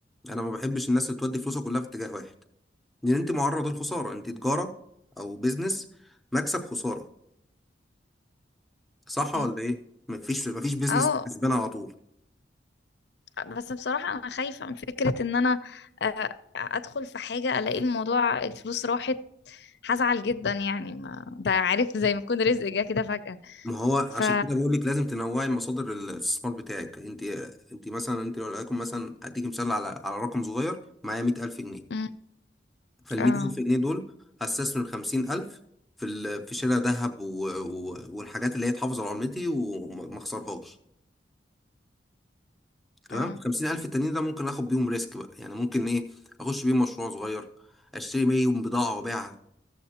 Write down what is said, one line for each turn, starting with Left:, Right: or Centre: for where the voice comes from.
Centre: انا ما بحبش الناس اللي تودي فلوسها كلها في اتجاه واحد لان انت معرض للخساره انت تجاره او بيزنس مكسب خساره صح
Left: مم.
Centre: ولا ايه مفيش مفيش بيزنس
Left: اه
Centre: كسبان على طول
Left: بس بصراحة أنا خايفة من فكرة إن أنا آه، أدخل في حاجة ألاقي الموضوع الفلوس راحت هزعل جدا يعني ما ده عارف زي ما يكون رزق جه كده فجأة
Centre: ما هو عشان
Left: ف
Centre: كده بقول لك لازم تنوعي مصادر الاستثمار بتاعك انت انت مثلا انت لو لقيتكم مثلا اديك مثال على على رقم صغير معايا 100000 جنيه
Left: مم،
Centre: فال
Left: اه
Centre: 100000 جنيه دول هستثمر 50000 في ال... في شراء ذهب و... و... والحاجات اللي هي تحافظ على عملتي وما ما اخسرهاش تمام
Left: اه
Centre: ال 50000 التانيين ده ممكن اخد بيهم ريسك بقى يعني ممكن ايه اخش بيهم مشروع صغير اشتري بيهم بضاعة وابيعها